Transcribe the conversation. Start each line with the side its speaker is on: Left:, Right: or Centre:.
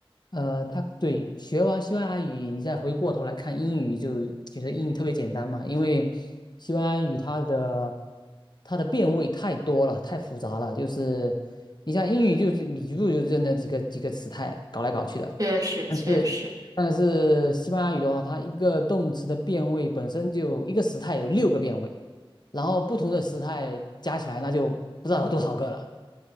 Left: 呃，他对学完西班牙语，你再回过头来看英语就，觉得英语特别简单嘛，因为西班牙语它的它的变位太多了，太复杂了。就是你像英语就是你就就认那几个几个词态搞来搞去的，
Right: 确实确实。
Left: 但是但是西班牙语的话，它一个动词的变位本身就一个时态有六个变位，然后不同的时态加起来那就不知道有多少个了。